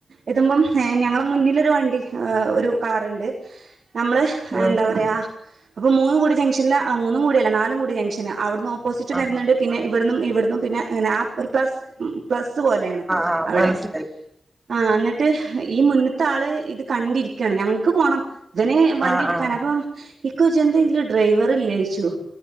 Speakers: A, on the right; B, on the right.
A: എത്തുമ്പം ഏ ഞങ്ങള മുന്നിലൊരു വണ്ടി ഹ് ഒരു കാറുണ്ട് നമ്മളഹ്
B: ആഹ്
A: എന്താ പറയാഹ് അപ്പോം മൂന്നും കൂടിയ ജംഗ്ഷൻലാ ആ മൂന്നുംകൂടിയല്ല നാലുംകൂടിയ ജംഗ്ഷന അവിടുന്ന് ഓ പ്പോസിറ്റും
B: ആഹ് ആഹ് ആഹ് ആഹ്
A: വരുന്നുണ്ട് പിന്നെ ഇവിടുന്നുംഈ വ്ടുന്നും പിന്നെ അങ്ങനെ ആ ഒരു പ്ലസ് മ്മ് വിട് പ്ലസ്സ് പോലെയാണ്
B: ആഹ്
A: അവിടെ
B: മനസ്സിലായി
A: ആ എന്നിട്ട് ഹ ഈ മുന്ന്ത് - ത്ത ആള് ഇത് കണ്ടിരിക്കാണ് ഞങ്ങൾ ക്ക് പോണം ഇതനെ വണ്ടി
B: ആഹ്
A: എടുക്കാൻ
B: ആഹ്
A: അപ്പം ഇക്ക ചോദിച്ചു ഡ്രൈവറില്ലേ ഡ്രൈവർല്ലേച